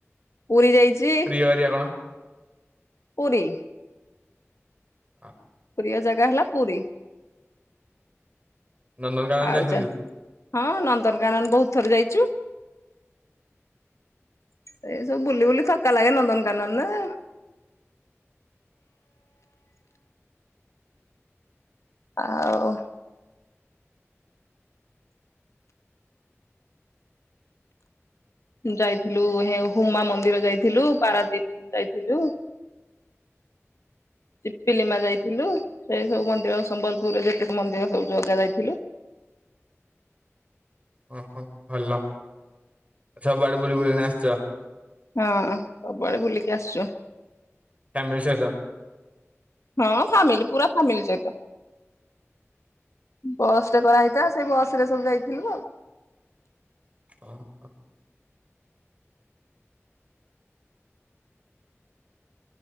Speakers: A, on the left; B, on the right.
A: ପୁରୀ ଯାଇଛି
B: ପ୍ରିୟ ଏରିଆ କଣ
A: ପୁରୀ
B: ହଁ
A: ପ୍ରିୟ ଜାଗା ହେଲା ପୁରୀ
B: ନନ୍ଦନକାନନ
A: ଆଉ
B: ଯାଇଛନ୍ତି?
A: ଯ ହଁ ନନ୍ଦନକାନନ ବହୁତ ଥର ଯାଇଛୁ ସେଇ ସବୁ ବୁଲି ବୁଲି ଥକା ଲାଗେ ନନ୍ଦନକାନନ ନା ଆଉ ଯାଇଥିଲୁ ହୁମା ମନ୍ଦିର ଯାଇଥିଲୁ ପାରାଦୀପ ଯାଇଥିଲୁ ଚିପିଲିମା ଯାଇଥିଲୁ ସେଇ ସବୁ ମନ୍ଦିର ସମ୍ବଲପୁରରେ ଯେତିେକ ମନ୍ଦିର ସବୁ ଜଗା ଯାଇଥିଲୁ
B: ଓହୋ ଭଲ ସବୁଆଡେ ବୁଲି ବୁଲିକିନ ଆସିଛ
A: ହଁ ସବୁବେଳେ ବୁଲିକି ଆସିଛୁ
B: ଫେମିଲି ସହିତ
A: ହଁ ଫାମିଲି ପୁରା ଫାମିଲି ସହିତ। ବସ୍ କରାହେଇଥିଲା ସେଇ ବସ ରେ ସବୁ ଯାଇଥିଲୁ ଆଉ।
B: <unintelligible>